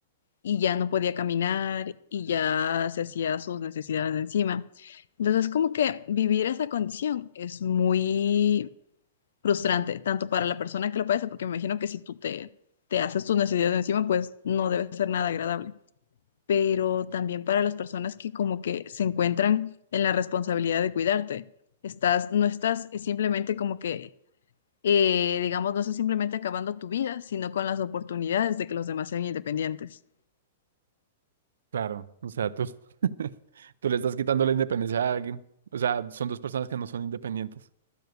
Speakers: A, on the left (about 70°); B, on the right (about 85°).
A: y ya no podía caminar y ya se hacía sus necesidades de encima. Entonces, como que vivir esa condición es muy frustrante, tanto para la persona que lo padece, porque me imagino que si tú te, te haces tus necesidades de encima, pues no debe ser nada agradable. Pero también para las personas que como que se encuentran en la responsabilidad de cuidarte estás, no estás simplemente como que eh, digamos, no es simplemente acabando tu vida, sino con las oportunidades de que los demás sean independientes.
B: Claro, o sea, tú, <laughs> tú le estás quitando la independencia a alguien. O sea, son dos personas que no son independientes.